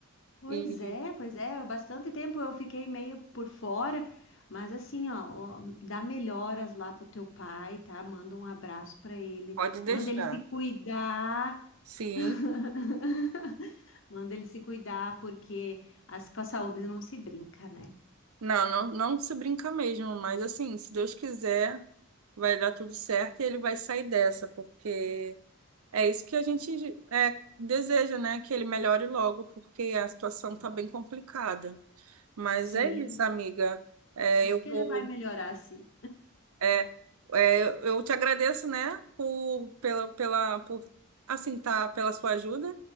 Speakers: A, on the left (about 60°); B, on the right (about 80°).
A: Pois
B: E
A: é, pois é, bastante tempo eu fiquei meio por fora, mas assim, ó, ó, dá melhoras lá pro teu pai, tá? Manda um abraço pra ele,
B: pode deixar.
A: manda ele se cuidar.
B: Sim,
A: <laughs> Manda ele se cuidar, porque as, com a saúde não se brinca, né?
B: Não, não, não se brinca mesmo, mas assim, se Deus quiser, vai dar tudo certo e ele vai sair dessa, porque é isso que a gente é, deseja, né? Que ele melhore logo, porque a situação
A: Hum.
B: tá bem complicada. Mas
A: Sim,
B: é isso, amiga. É,
A: acho
B: eu vou,
A: que ele vai melhorar, sim.
B: é, é, eu te agradeço, né? Por, pela, pela, por, assim, tá, pela sua ajuda.